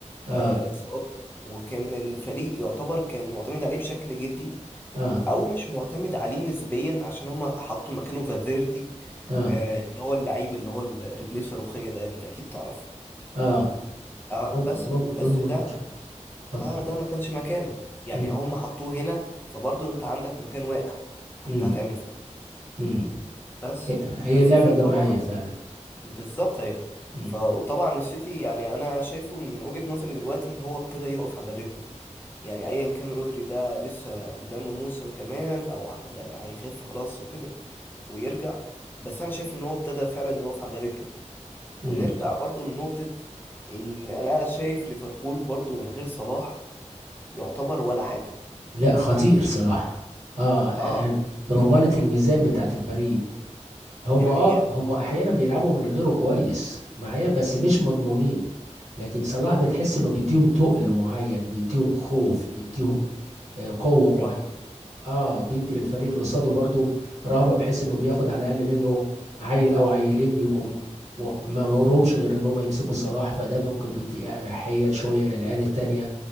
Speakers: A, on the right; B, on the left.
A: اه
B: آه، اتصاب وكان الفريق يعتبر كان معتمد عليه بشكل جدي
A: اه
B: او مش معتمد عليه نسبيا عشان هما حطوا مكانه فالفيردي
A: اه,
B: آه، اللي هو اللعيب اللي هو رجليه الصاروخية ده انت اكيد تعرفه
A: آه.
B: اه
A: مو-
B: بس
A: موقف كوميدي
B: بس ده
A: ما كنتش مت- اتفضل
B: اه ده ما كانش مكانه يعني
A: مم.
B: هما حطوه هنا فبرضه انت عندك مكان واقع انت
A: مم.
B: هتعمل فيه إيه؟
A: مم.
B: بس
A: هي هي
B: بس
A: لعبة
B: في
A: جماعية
B: طبعا
A: فعلا
B: بالظبط هي
A: مم.
B: ف... وطبعا السيتي يعني انا شايفه من وجهة نظري دلوقتي هو ابتدى يقف على رجله يعني ايا كان رودري ده لسه قدامه موسم كمان او ع- يعني هيخف خلاص وكده ويرجع بس انا شايف ان هو ابتدى فعلا يقف على رجله
A: مم.
B: ونرجع برضو لنقطة ان انا شايف ليفربول برضو من غير صلاح يعتبر ولا حاجة
A: لا خطير صراحة اه
B: اه
A: يعني رمانة الميزان بتاعت الفريق هم
B: دي حقيقة
A: اه هم احيانا بيلعبوا من غيره كويس معايا بس مش مضمونين لكن صلاح بتحس انه بيديهم تقل معين بيديهم خوف بيديهم آه، قوة معينة
B: رهن
A: اه بيدي للفريق اللي قصاده برضه رهبه بحيث انه بياخد على الاقل منه عيل او عيلين بيبقوا م- و- ما ورهمش غير ان هم يمسكوا صلاح فده ممكن بيدي اريحيه شويه للعيال التانيه